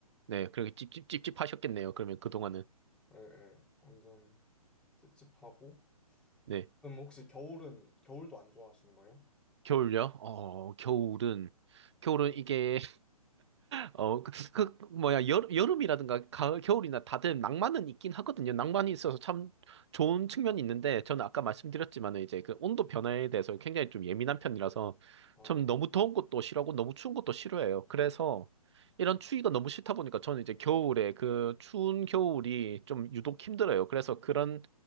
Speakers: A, on the right; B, in the centre.
A: 네, 그렇게 찝찝찝찝 하셨겠네요. 그러면 그동안은.
B: 예, 예. 완전 찝찝하고.
A: 네.
B: 그럼 혹시 겨울은 겨울도 안 좋아하시는 거예요?
A: 겨울요? 어, 겨울은, 겨울은 이게 어, 그, 그 뭐야, 여, 여름이라든가 가을, 겨울이나 다들 낭만은 있긴 하거든요. 낭만이 있어서 참 좋은 측면이 있는데, 저는 아까 말씀드렸지만 이제 그 온도 변화에 대해서 굉장히 좀 예민한 편이라서,
B: 아,
A: 참 너무 더운 것도 싫어하고 너무 추운 것도 싫어해요. 그래서 이런 추위가 너무 싫다 보니까 저는 이제 겨울에 그 추운 겨울이 좀 유독 힘들어요. 그래서 그런